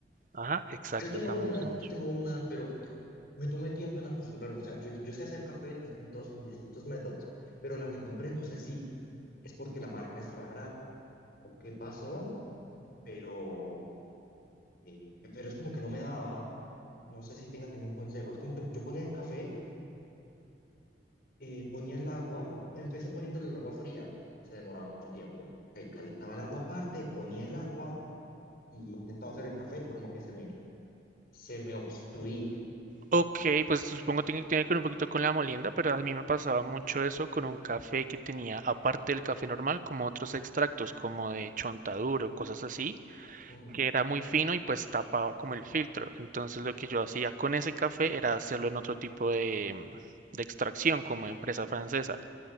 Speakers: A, on the right (about 45°); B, on the left (about 55°).
A: Ajá, exacto,
B: Yo tengo
A: eso
B: una,
A: me gusta mucho.
B: yo tengo una, pero de- me tomé tiempo en acostumbrarme. O sea, yo, yo sé hacer café en distintos, en distintos métodos, pero la que compré no sé si es porque la marca es rara o qué pasó, pero, eh, pero es como que no me daba. No sé si tengas algún consejo. Es como que yo ponía el café eh, ponía el agua, empecé poniéndole el agua fría, se demoraba mucho tiempo. Ok, calentaba el agua aparte, ponía el agua y intentaba hacer el café y como que se me, se me obstruía.
A: Ok, pues supongo que tiene, tiene que ver un poquito con la molienda, pero a mí me pasaba mucho eso con un café que tenía, aparte del café normal, como otros extractos, como de chontaduro, cosas así,
B: Mm,
A: que era muy fino y pues tapaba como el filtro. Entonces lo que yo hacía con ese café era hacerlo en otro tipo de, mm, de extracción, como empresa francesa,